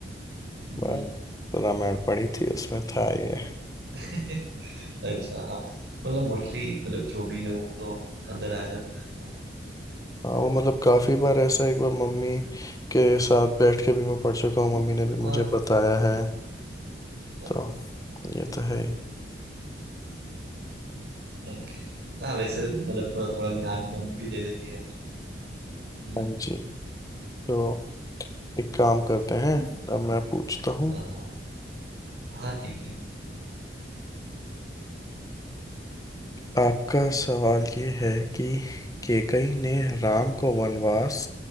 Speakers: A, on the right; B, on the left.
A: हम्म।
B: बस तो रामायण पढ़ी थी उसमें था ये
A: <laughs> अच्छा हाँ मतलब मोस्टली मतलब जो भी है वो तो अंदर आ जाता है हाँ
B: हाँ वो मतलब काफी बार ऐसा एक बार मम्मी के साथ बैठ के भी मैं पढ़ चुका हूँ मम्मी ने भी मुझे
A: हाँ
B: बताया है
A: हाँ
B: तो ये तो है ही
A: ओके हाँ वैसे मतलब थोड़ा थोड़ा ज्ञान मम्मी भी दे देती है हमें हम्म,
B: हाँ जी तो एक काम करते हैं अब मैं पूछता हूँ
A: हाँ हाँ ठीक है
B: आपका सवाल ये है कि केकई ने राम
A: हाँ
B: को वनवास